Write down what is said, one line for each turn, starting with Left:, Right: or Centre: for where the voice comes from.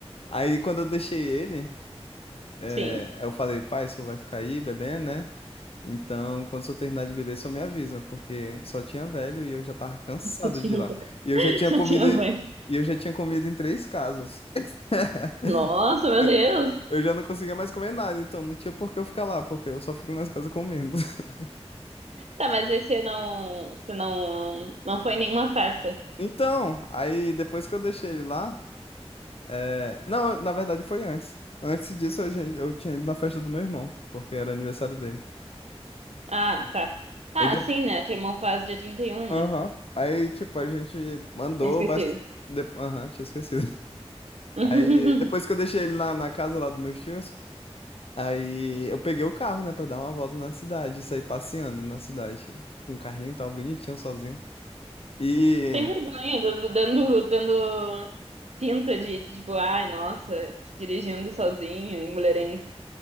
Left: Aí quando eu deixei ele. É,
Right: Sim.
Left: aí eu falei, pai, o senhor vai ficar aí bebendo, né? Então, quando o senhor terminar de beber, só me avisa, porque só tinha velho e eu já tava cansado
Right: Eu tinha,
Left: de ir lá.
Right: <laughs>
Left: E eu já tinha
Right: eu
Left: comido,
Right: tinha
Left: e
Right: vai.
Left: eu já tinha comido em três casos. <laughs>
Right: Nossa, meu Deus.
Left: Eu já não conseguia mais comer nada, então não tinha por que eu ficar lá, porque eu só fico nas casas comendo. <laughs>
Right: Tá, mas aí você não, você não, não foi em nenhuma festa.
Left: Então, aí depois que eu deixei ele lá, é, não, eu- na verdade foi antes. Antes disso eu, já- eu tinha ido na festa do meu irmão, porque era aniversário dele.
Right: Ah, tá. Ah,
Left: E depois
Right: sim, né? Teu irmão faz dia trinta e um
Left: Aham.
Right: né?
Left: Aí, tipo, a gente mandou
Right: Tinha esquecido.
Left: bastante. Aham, tinha esquecido. <laughs>
Right: <laughs>
Left: Aí, depois que eu deixei ele na, na casa lá dos meus tios, aí eu peguei o carro, né, pra dar uma volta na cidade, sair passeando na cidade, com o carrinho e tal, bonitinho, sozinho. E,
Right: Sem vergonha, dando, dando, dando pinta de, tipo, ai, nossa, dirigindo sozinho e mulherengo.